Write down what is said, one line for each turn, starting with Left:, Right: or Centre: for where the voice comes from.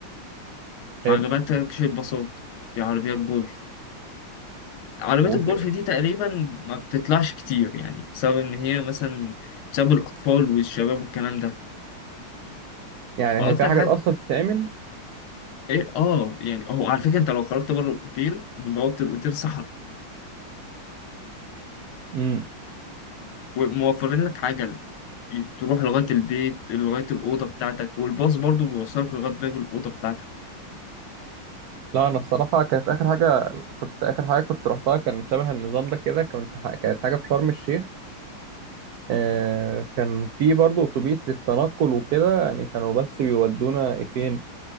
Right: حلو
Left: ما عجبتكش الباصات في عربيات جوه عربيات
Right: وفي
Left: الجولف دي تقريبا ما بتطلعش كتير يعني بسبب ان هي مثلا بسبب الاطفال والشباب والكلام ده
Right: يعني
Left: فاكتر
Right: هي في حاجات
Left: حاجه
Right: اصلا بتتعمل
Left: ايه اه يعني هو على فكره انت لو خرجت بره الاوتيل من بوابه الاوتيل صحراء
Right: امم
Left: وموفرين لك عجل تروح لغايه البيت لغايه الاوضه بتاعتك والباص برضو بيوصلك لغايه باب الاوضه بتاعتك
Right: لا انا الصراحه كانت اخر حاجه كنت اخر حاجه كنت روحتها كان شبه النظام ده كده كنت ح... كانت حاجه في شرم الشيخ آه، كان في برضو اتوبيس للتنقل وكده يعني كانوا بس بيودونا إيه فين